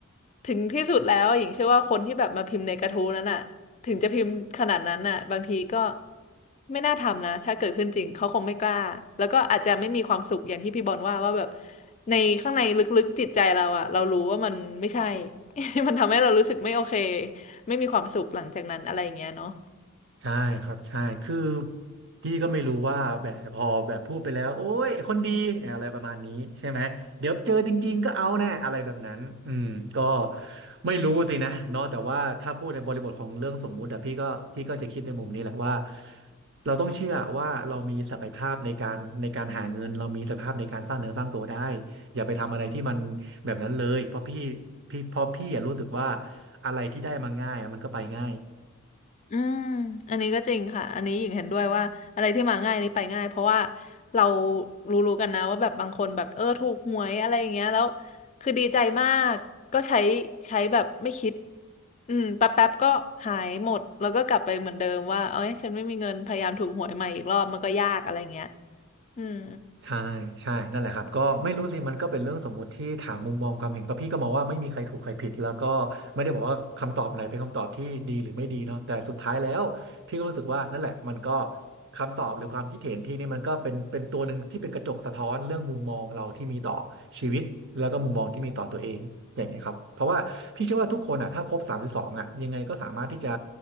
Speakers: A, on the left; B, on the right.
A: ถึงที่สุดแล้วหญิงเชื่อว่าคนที่แบบมาพิมพ์ในกระทู้นั้นอ่ะถึงจะพิมพ์ขนาดนั้นอ่ะบางทีก็ไม่น่าทำนะถ้าเกิดขึ้นจริงเขาคงไม่กล้าแล้วก็อาจจะไม่มีความสุขอย่างที่พี่บอลว่าว่าแบบในข้างในลึกๆจิตใจเราอ่ะเรารู้ว่ามันไม่ใช่ <laughs> มันทำให้เรารู้สึกไม่โอเคไม่มีความสุขหลังจากนั้นอะไรอย่างเงี้ยเนาะ
B: ใช่ครับใช่คือพี่ก็ไม่รู้ว่าแบบพอแบบพูดไปแล้วโอ้ยคนดีอะไรประมาณนี้ใช่ไหมเดี๋ยวเจอจริงๆก็เอาแน่อะไรแบบนั้นอืมก็ไม่รู้สินะเนาะแต่ว่าถ้าพูดในบริบทของเรื่องสมมุติอะพี่ก็พี่ก็จะคิดในมุมนี้แหละว่าเราต้องเชื่อว่าเรามีศักยภาพในการในการหาเงินเรามีศักยภาพในการสร้างเนื้อสร้างตัวได้อย่าไปทำอะไรที่มันแบบนั้นเลยเพราะพี่พี่เพราะพี่อะรู้สึกว่าอะไรที่ได้มาง่ายอะมันก็ไปง่าย
A: อืม อันนี้ก็จริงค่ะ อันนี้หญิงเห็นด้วยว่าอะไรที่มาง่ายนี่ไปง่ายเพราะว่าเรารู้ๆกันนะว่าแบบบางคนแบบเออถูกหวยอะไรอย่างเงี้ยแล้วคือดีใจมากก็ใช้ใช้แบบไม่คิดอืมแป๊บๆก็หายหมดแล้วก็กลับไปเหมือนเดิมว่าเอ้ยฉันไม่มีเงินพยายามถูกหวยใหม่อีกรอบมันก็ยากอะไรอย่างเงี้ยอืม
B: ใช่ใช่นั่นแหละครับก็ไม่รู้สิมันก็เป็นเรื่องสมมุติที่ถามมุมมองความเห็นก็พี่ก็มองว่าไม่มีใครถูกใครผิดแล้วก็ไม่ได้บอกว่าคำตอบไหนเป็นคำตอบที่ดีหรือไม่ดีเนาะแต่สุดท้ายแล้วพี่ก็รู้สึกว่านั่นแหละมันก็คำตอบหรือความคิดเห็นที่นี่มันก็เป็นเป็นตัวหนึ่งที่เป็นกระจกสะท้อนเรื่องมุมมองเราที่มีต่อชีวิตแล้วก็มุมมองที่มีต่อตัวเองอย่างนี้ยครับเพราะว่าพี่เชื่อว่าทุกคนอ่ะถ้าครบสามสิบสองอ่ะยังไงก็สามารถที่จะ